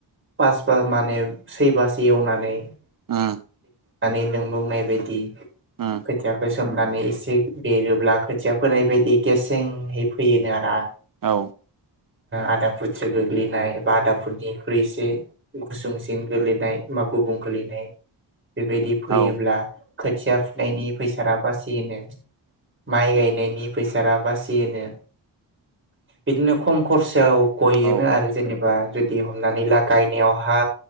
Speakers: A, on the right; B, on the right.
A: फारबा माने सैबास एवनानै
B: ओम
A: माने नों बुंनाय बायदि
B: उम
A: खोथियाखौ सोमनानै एसे बेरोब्ला खोथिया फोनाय बायदि गेसेंहै फैयोनो आरो आ
B: औ
A: आदा फुथि गोगलिनाय बा आदाफोरनिख्रुइसे गुसुंसिन गोलैनाय बा गुबुं गोलैनाय बेबायदि फैयोब्ला
B: औ
A: खोथिया फुनायनि फैसा बासियोनो माइ गायनायनि फैसा बासियोनो बिदिनो खम खरसायाव गयोनो
B: औ
A: आरो जेनेबा जुदि हमनानै ला गायनायाव हा